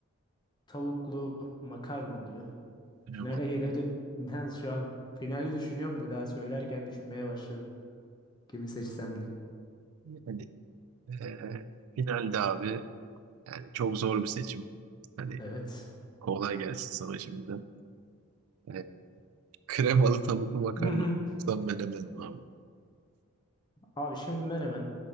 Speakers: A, on the left (about 20°); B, on the right (about 80°).
A: tavuklu makarna oluyor.
B: Kremalı.
A: Finale gelelim. Ben şu an finali düşünüyorum da daha söylerken düşünmeye başladım. Kimi seçsem diye.
B: Hani eee, finalde abi yani çok zor bir seçim. Hani
A: Evet.
B: kolay gelsin sana şimdiden. Eee, kremalı tavuklu
A: <laughs>
B: makarna mı yoksa menemen mi abi?
A: Abi şimdi menemen,